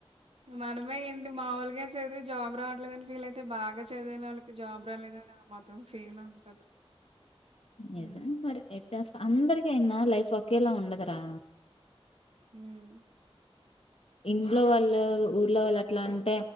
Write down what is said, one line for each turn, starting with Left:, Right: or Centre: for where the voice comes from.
Right: మనమే ఏంటి మాముూలే. ఇదే చదివి జాబ్ రావట్లేదని ఫీల్ అయితే బాగా చదువినోళ్ళకి జాబ్ రాలేదని. ఆ మాత్రం ఫీల్ ఉంటది.
Left: నిజమే
Right: హ్మ్.
Left: మరి చేస్తా అందరికి అయినా లైఫ్ ఒకేలా ఉండదురా.
Right: ఉమ్.
Left: ఇంట్లో వాళ్ళు ఊర్లో వాళ్ళు అట్లా అంటే